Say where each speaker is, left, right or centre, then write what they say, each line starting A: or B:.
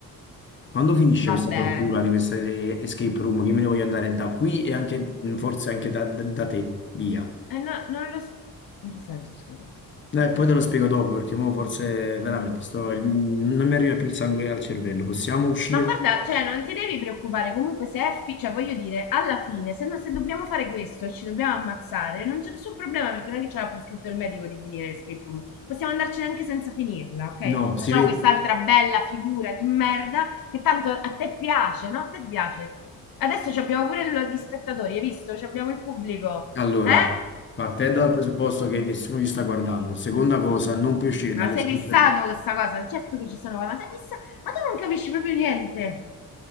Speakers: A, on the left; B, on the left.
A: Quando finisce
B: Va
A: questa
B: bene.
A: tortura di questa escape room, che me ne voglio andare da qui e anche, mm, forse anche da, da- da te, via.
B: Eh no, non lo... s- In che senso, scusa?
A: Eh, poi te lo spiego dopo, perché mo forse veramente sto- non mi arriva più il sangue al cervello. Possiamo uscire
B: Ma guarda,
A: da...
B: cioè, non ti devi preoccupare, comunque se è, fi- cioè, voglio dire, alla fine, se, no- se dobbiamo fare questo e ci dobbiamo ammazzare, non c'è nessun problema perché non è che ce l'ha prescritto il medico di finire l'escape room. Possiamo andarcene anche senza finirla, ok?
A: No, si
B: Facciamo
A: vede.
B: quest'altra bella figura di merda che tanto a te piace, no? A te ti piace. Adesso ci abbiamo pure lo- gli spettatori, hai visto? Ci abbiamo il pubblico,
A: Allora,
B: eh?
A: partendo dal presupposto che nessuno ci sta guardando, seconda cosa, non puoi uscire dalle
B: Ma sei
A: escape
B: fissato
A: room.
B: con questa cosa? Certo che ci sono, ma sei fissato? Ma tu non capisci proprio niente.